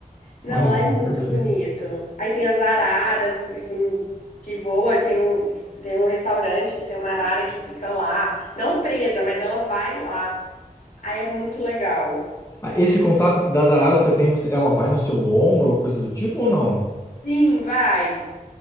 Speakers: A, on the left (about 70°); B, on the left (about 20°).
A: Não,
B: Olha,
A: lá é muito
B: perfeito.
A: bonito. Aí tem as araras, assim, que voa. Tem um, tem um restaurante que tem uma arara que fica lá. Não presa, mas ela vai lá. Aí é muito legal.
B: Ah, esse contato das araras você tem, você, ela vai no seu ombro ou coisa do tipo ou não?
A: Sim, vai.